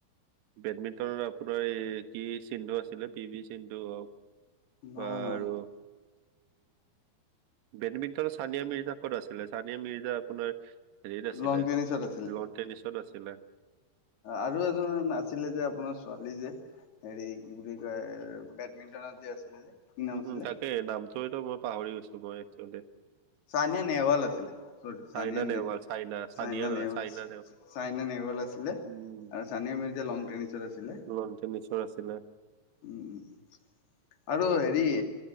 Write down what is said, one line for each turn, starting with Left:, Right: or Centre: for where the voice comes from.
Right: বেডমিণ্টনত আপোনাৰ এই কি সিন্ধু আছিলে পি ভি সিন্ধু হওক
Left: নহয়
Right: বাৰু
Left: নহয়
Right: বেডমিণ্টন চানিয়া মিৰ্জা ক'ত আছিলে চানিয়া মিৰ্জা আপোনাৰ হেৰিত আছিলে
Left: লং টেনিছত আছিলে
Right: লন টেনিছত আছিলে
Left: আৰু এজন আাছিলে যে আপোনাৰ ছোৱালী যে হেৰি কি বুলি কয় এ বেডমিন্টনত যে আছিলে যে কি নাম
Right: উম
Left: আছিলে
Right: হুম তাকে নামটোৱেটো মই পাহৰি গৈছোঁ মই একচোৱেলি
Left: চানিয়া নেহৱাল আছিলে চ চানিয়া
Right: চাইনা
Left: নে
Right: নেহৱাল চাইনা
Left: চানিয়া
Right: নহয়
Left: নেহৱাল
Right: চাইনা
Left: চাইনা নেহৱাল আছিলে
Right: উম
Left: আৰু চানিয়া মিৰ্জা লন টেনিছত আছিলে
Right: লন টেনিছৰ আছিলে
Left: উম উম আৰু হেৰি
Right: তেনেকুৱা